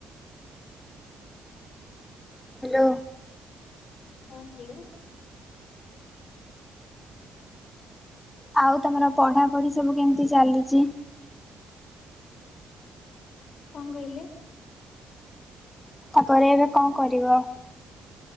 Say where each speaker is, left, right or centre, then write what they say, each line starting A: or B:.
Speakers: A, on the left (about 15°); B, on the left (about 60°).
A: Hello.
B: ହଁ ହେଲୋ।
A: ଆଉ ତମର ପଢାପଢି ସବୁ କେମିତି ଚାଲିଚି?
B: କଣ କହିଲେ?
A: ତାପରେ ଏବେ କଣ କରିବ?